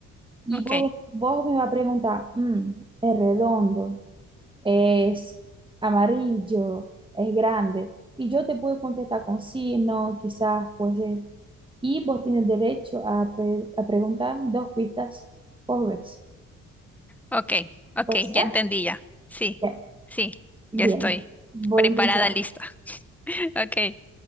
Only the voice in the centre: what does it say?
ok,
ok, ok,
ya entendí ya. Sí,
sí,
ya estoy
preparada,
lista. <laughs> Ok.